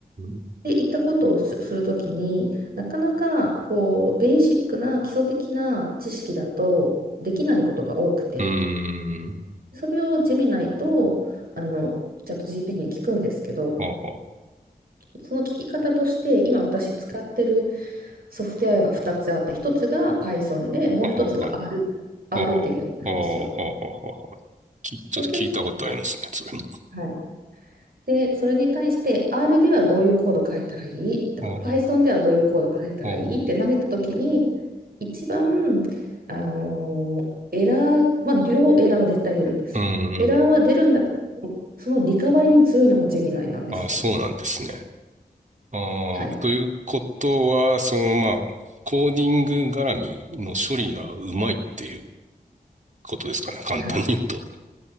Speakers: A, on the right; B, on the right.
A: ん、
B: で、いったことをす、するときになかなかこうベーシックな基礎的な知識だとできないことが多くて、
A: うん、
B: それをジェミナイとあのチャット GPT に聞くんですけど、
A: ああ、は
B: その聞き方として今私使ってるソフトウェアが2つあって、1つが Python で、もう1つが
A: あ、ああ、はい。
B: R、R
A: ああ、
B: っていうやつなんですよ。
A: ああ、はあ、はあ、はあ、き、ちょっと聞いたことありますね、
B: で、け
A: それも。
B: はい。で、それに対して R ではどういうコード変えたらいいとか
A: ああ
B: Python ではどういうコード変えたらいいって投げたときに、
A: ああ、
B: 一番、あのーエラー、まあ、両エラーは絶対出るんです。
A: うんうん。
B: エラーは出るんだけど、そのリカバリに強いのがジェミナイなんですよ。
A: ああ、そうなんですね。ああ、
B: はい。
A: ということは、その、まあ、コーディング絡みの処理がうまいっていうことですかね。簡単に言うと。
B: はい。